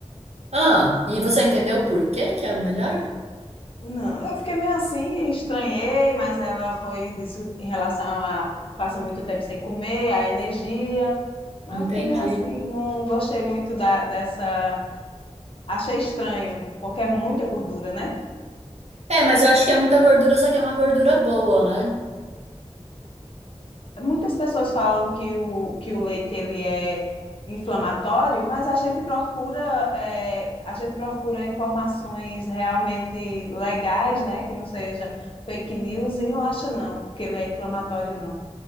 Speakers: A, on the right; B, on the left.
A: Ah, e você entendeu por que que é o melhor?
B: Não, eu fiquei meio assim, estranhei, mas ela foi disso em relação a que passa muito tempo sem comer, a energia. Mas
A: Entendi.
B: eu fiquei meio assim, não gostei muito da, dessa. Achei estranho, porque é muita gordura, né?
A: É, mas eu acho que é muita gordura, só que é uma gordura boa, né?
B: Muitas pessoas falam que o, que o leite ele é inflamatório, mas a gente procura é, a gente procura informações realmente legais, né? Que não seja fake news e não acha não que ele é inflamatório, não.